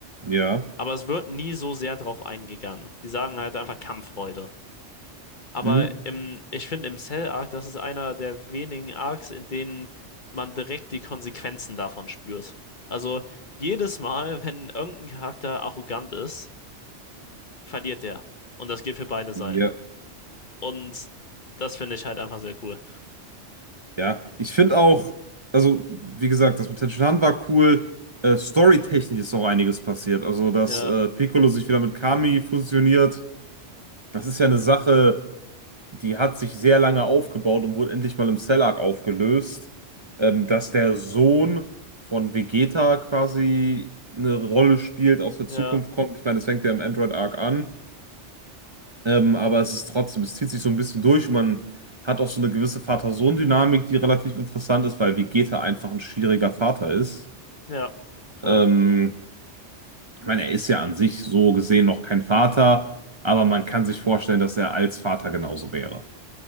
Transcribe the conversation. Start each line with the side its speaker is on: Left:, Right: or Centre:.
Right: Ja.
Left: Aber es wird nie so sehr drauf eingegangen. Die sagen halt einfach Kampffreude. Aber
Right: Mhm.
Left: im, ich finde im Cell Arc, das ist einer der wenigen Arcs, in denen man direkt die Konsequenzen davon spürt. Also jedes Mal, wenn irgendein Charakter arrogant ist, verliert der. Und das gilt für beide Seiten.
Right: Ja.
Left: Und das finde ich halt einfach sehr cool.
Right: Ja, ich finde auch, also wie gesagt, das mit Tenshinhan war cool. Äh, storytechnisch ist auch einiges passiert. Also, dass
Left: Ja,
Right: äh, Piccolo sich wieder mit Kami fusioniert, das ist ja eine Sache, die hat sich sehr lange aufgebaut und wurde endlich mal im Cell Arc aufgelöst. Ähm, dass der Sohn von Vegeta quasi eine Rolle spielt, aus der Zukunft
Left: ja.
Right: kommt. Ich meine, das fängt ja im Android Arc an. Ähm, aber es ist trotzdem, es zieht sich so ein bisschen durch und man hat auch so eine gewisse Vater-Sohn-Dynamik, die relativ interessant ist, weil Vegeta einfach ein schwieriger Vater ist.
Left: Ja, klar.
Right: Ähm, ich meine, er ist ja an sich so gesehen noch kein Vater, aber man kann sich vorstellen, dass er als Vater genauso wäre.